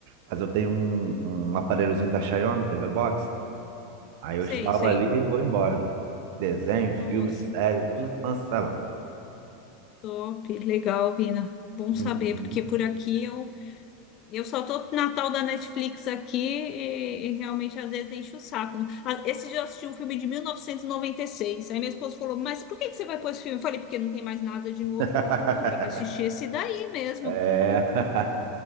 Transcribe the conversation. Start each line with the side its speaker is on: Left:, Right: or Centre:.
Right: mas eu tenho um, um aparelhozinho da Xiaomi, TV Box, aí eu
Left: Sei,
Right: instalo
Left: sei.
Right: ali e vou embora. Desenho, filme,
Left: Nossa,
Right: série, tudo que lança, sei lá.
Left: top. Legal, Vina. Bom
Right: Uhum.
Left: saber, porque por aqui eu, eu só tô na tal da Netflix aqui e, e realmente às vezes enche o saco. Ah, Esse dia eu assisti um filme de 1996. Aí minha esposa falou: Mas por que que você vai pôr esse filme? Eu falei: Porque não tem mais nada de novo.
Right: <laughs>
Left: Vou ter que assistir esse daí mesmo.
Right: É. <laughs>